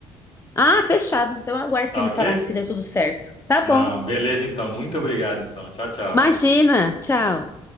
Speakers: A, on the left; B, on the left.
A: Ah, fechado. Então eu aguardo
B: tá
A: você me
B: ok?
A: falar se deu tudo certo. Tá
B: Não,
A: bom.
B: beleza então. Muito obrigado então. Tchau, tchau.
A: Imagina. Tchau.